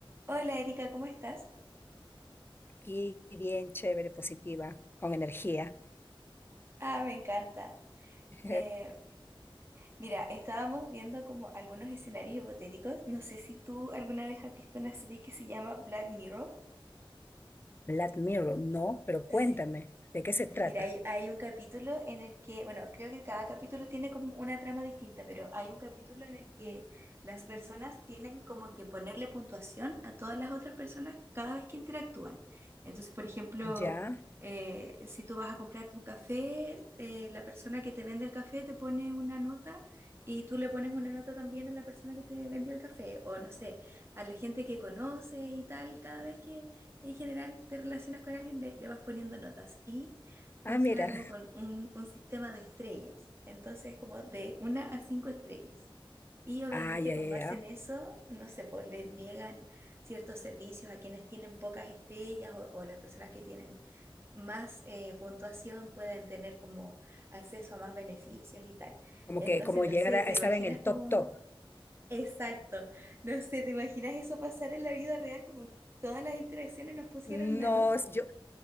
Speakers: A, on the right; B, on the left.
A: Hola Erika, ¿cómo estás?
B: Aquí bien chévere, positiva, con energía.
A: Ah, me encanta.
B: <laughs>
A: Eh, mira, estábamos viendo como algunos escenarios hipotéticos. No sé si tú alguna vez has visto una serie que se llama Black Mirror.
B: Black Mirror, no, pero
A: Sí,
B: cuéntame, ¿de qué se trata?
A: Mira, hay, hay un capítulo en el que, bueno, creo que cada capítulo tiene como una trama distinta, pero hay un capítulo en el que las personas tienen como que ponerle puntuación a todas las otras personas cada vez que interactúan. Entonces, por ejemplo,
B: Ya.
A: eh, si tú vas a comprar tu café, eh, la persona que te vende el café te pone una nota y tú le pones una nota también a la persona que te vendió el café, o no sé, a la gente que conoces y tal, cada vez que en general te relacionas con alguien le le vas poniendo notas. Y funciona
B: Ah, mira.
A: como con un, un sistema de estrellas, entonces como de una a cinco estrellas. Y obviamente
B: Ah, ya,
A: con
B: ya,
A: base
B: ya.
A: en eso, no sé, pues le niegan ciertos servicios a quienes tienen pocas estrellas o, o las personas que tienen más eh, puntuación pueden tener como acceso a más beneficios y tal.
B: Como
A: Entonces,
B: que como llegar
A: no sé,
B: a
A: ¿te
B: estar
A: imaginas
B: en el
A: como...
B: top top.
A: Exacto, no sé, ¿te imaginas eso pasar en la vida real como que todas las interacciones nos pusieran
B: No,
A: una nota?
B: yo,